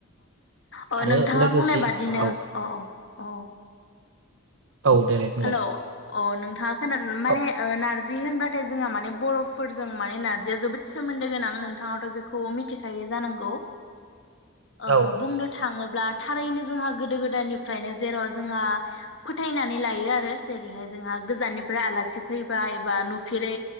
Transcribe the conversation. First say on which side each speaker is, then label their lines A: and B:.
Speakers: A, on the left; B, on the right.
A: अह
B: आरो
A: नोंथाङा
B: लोगोसे
A: बुंनाय बादिनो
B: औ
A: अह अह
B: औ देलाय बुंलाय
A: हेल' अह नोंथाङा खोना माने
B: औ
A: नार जि होनबाथाय जोंहा माने बर'फोर जों माने नारजिया जोबोद सोमोन्दो गोनां नोंथाङाथ' बेखौ मिथिखायो जानांगौ ओ
B: औ
A: बुंनो
B: औ
A: थाङोब्ला थारैनो जोंहा गोदो गोदायनिफ्रायनो जेराव जोंहा फोथायना नै लायो आरो जेरैहाय जोंहा गोजाननिफ्राय आलासि फैबा एबा नुफेरै